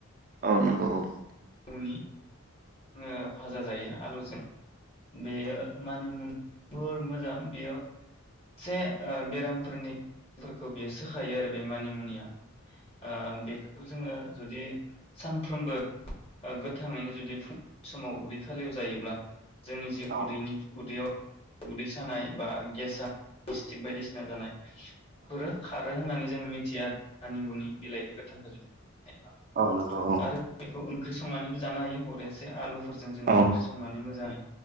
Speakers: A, on the right (about 40°); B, on the left (about 30°).
A: औ नंगौ औ
B: फुंनि। जोङो भाजा जायो आलुजों बेयो
A: औ
B: मानिमुनि मोजां बेयो से ओ बेरामफोरनि फोरखौ बेयो सोखायो आरो बे मानिमुनिया ओ बेखौ जोङो जुदि सानफ्रोमबो गोथाङैनो जुदि फुं समाव उदै खालियाव जायोब्ला जोंनि जे
A: औ
B: उदैनि उदैयाव उदै सानाय बा गेसा गेसस्टिक बायदिसिना जानाय बेफोरो खारो होननानै जोङो मिथिया आरो मानिमुनि बिलाइ गोथां <unintelligible>
A: औ नंगौ
B: आरो बेखौ ओं। ओंख्रि संनानैबो जानो हायो बरिया से आलु। फोरजों जोंङो
A: औ औ
B: ओंख्रि संनानै मोजाङै।